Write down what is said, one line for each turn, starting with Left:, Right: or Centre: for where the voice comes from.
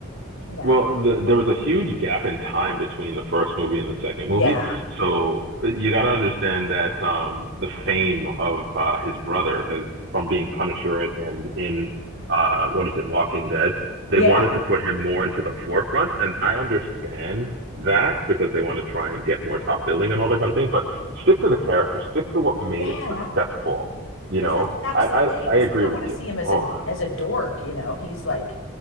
Left: you know?
Right: Well, the, there was a huge gap in time between the first movie and the second movie.
Left: Yeah.
Right: So uh, you got to understand that um, the fame of uh, his brother his, from being Punisher and, and in uh, what is it, Walking Dead, they
Left: Yeah.
Right: wanted to put him more into the forefront. And I understand that because they want to try and get more top billing and all that kind of thing. But stick to the character, stick to what made
Left: Yeah.
Right: it successful. You
Left: because
Right: know,
Left: that that was
Right: I,
Left: the thing
Right: I,
Left: is
Right: I agree
Left: we don't
Right: with
Left: want
Right: you.
Left: to see him as
Right: Oh,
Left: a as a dork, you know. He's like,